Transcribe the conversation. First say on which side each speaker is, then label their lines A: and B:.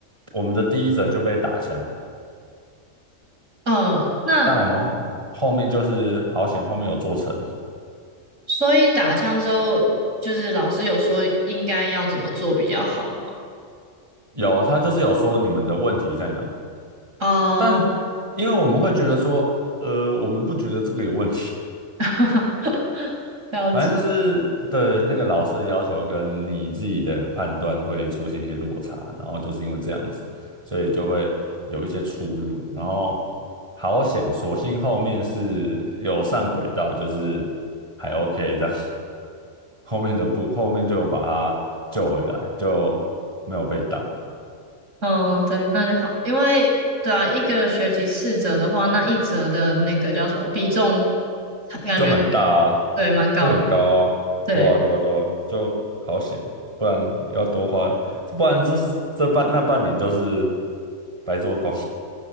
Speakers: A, on the right (about 20°); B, on the right (about 70°).
A: 我们的第一则就被打枪，
B: 嗯，那
A: 但我们后后面就是好险后面有做成，
B: 所以打枪之后，就是老师有说应该要怎么做比较好吗？
A: 有他就是有说你们的问题在哪，
B: 哦，
A: 但因为我们会觉得说，呃，我们不觉得这个有问题，
B: <laughs> 了解。
A: 反正就是对那个老师的要求跟你自己的判断会出现一些落差，然后就是因为这样子，所以就会有一些出入。然后好险，所幸后面是有上轨道，就是还 OK 这样。<laughs> 后面的不，后面就有把他救回来，就没有被挡。
B: 嗯，对，那就好，因为对啊，一个学期四折的话，那一折的那个叫什么比重，感觉
A: 就很大啊，
B: 对蛮高的，
A: 就很高啊，
B: 对，
A: 对啊，对啊，对啊，就好险，不然要多花，不然这这半那半年就是白做工，